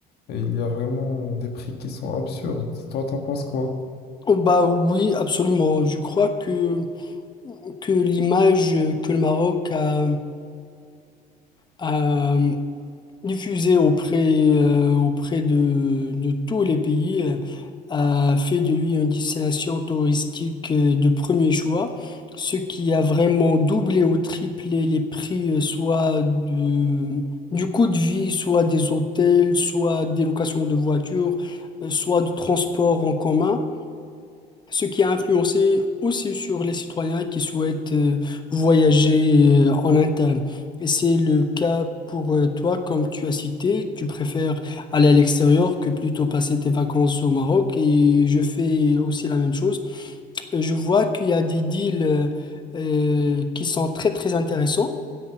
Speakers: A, on the left; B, on the left.
A: et Il y a vraiment des prix qui sont absurdes. Toi, t'en penses quoi?
B: Oh Bah oui, absolument. Je crois que, que l'image que le Maroc a, a diffusée auprès, euh, auprès de, de tous les pays euh, a fait de lui une destination touristique euh, de premier choix, ce qui a vraiment doublé ou triplé les prix, euh, soit de- du coût de vie, soit des hôtels, soit des locations de voitures, euh, soit du transport en commun. Ce qui a influencé aussi sur les citoyens qui souhaitent euh, voyager euh, en interne. Et c'est le cas pour euh, toi, comme tu as cité, tu préfères aller à l'extérieur que plutôt passer tes vacances au Maroc. Et je fais aussi la même chose. Et je vois qu'il y a des deals euh, euh, qui sont très très intéressants,